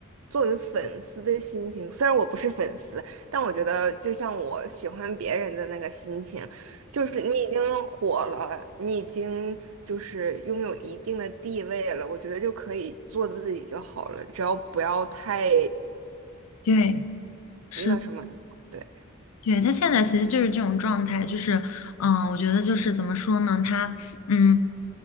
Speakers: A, on the right; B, on the left.
A: 作为粉丝的心情，虽然我不是粉丝，但我觉得就像我喜欢别人的那个心情，就是你已经火了，你已经就是拥有一定的地位了，我觉得就可以做自己就好了，只要不要太
B: 对，是，
A: 那什么。对。
B: 对，他现在其实就是这种状态，就是，嗯，我觉得就是怎么说呢，他。嗯，